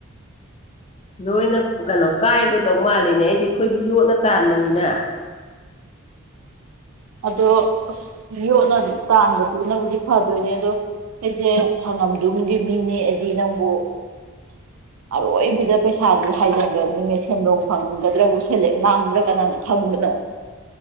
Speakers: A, on the left; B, on the right.
A: ꯂꯣꯏꯅ ꯀꯅꯣ ꯀꯥꯏꯒꯗꯧ ꯃꯥꯜꯂꯤꯅꯦ ꯑꯩꯗꯤ ꯑꯩꯈꯣꯏꯗꯤ ꯌꯣꯠꯅ ꯇꯥꯟꯕꯅꯤꯅ
B: ꯑꯗꯣ ꯑꯁ ꯌꯣꯠꯅꯗꯤ ꯇꯥꯟꯕꯗꯨꯅꯕꯨꯗꯤ ꯐꯗꯣꯏꯅꯦ ꯑꯗꯣ ꯑꯩꯖꯦ ꯁꯪꯉꯝꯗꯨꯝꯒꯤ ꯃꯤ ꯅꯦꯛꯑꯗꯤ ꯅꯪꯕꯨ ꯑꯔꯣꯏꯕꯤꯗ ꯄꯩꯁꯥꯥꯖꯦ ꯍꯥꯏꯖꯟꯒ꯭ꯔꯅꯤꯅꯦ ꯁꯦꯟꯗꯣꯡ ꯐꯪꯒꯗ꯭ꯔꯕꯨ ꯁꯦꯂꯦꯞ ꯃꯥꯡꯕ꯭ꯔꯥ ꯀꯅꯥꯅ ꯈꯪꯕꯅꯣ